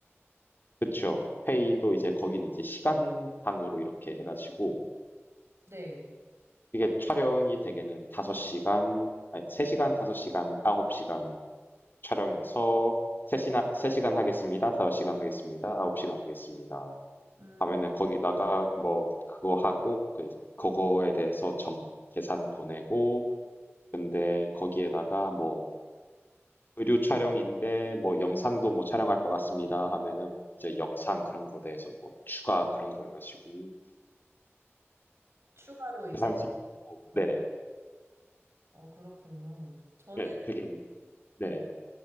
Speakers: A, on the left; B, on the right.
A: 그쵸. 페이도 이제 거기는 이제 시간당으로 이렇게 해가지고
B: 네.
A: 이게 촬영이 대개는 5시간, 아니, 3시간, 5시간, 9시간 촬영해서 3시나, 세 시간 하겠습니다. 5시간 하겠습니다. 9시간 하겠습니다.
B: 음,
A: 하면은 거기다가 뭐 그거 하고 그 그거에 대해서 정 계산 보내고 근데 거기에다가 뭐 의류 촬영인데 뭐 영상도 뭐 촬영할 것 같습니다 하면은 이제 영상 그런 거 대해서 뭐 추가 그런 거 해가지고
B: 추가로 이제
A: 계산서 있고, 네네
B: 어, 어 그렇군요. 저는
A: 네 되게 우- 네네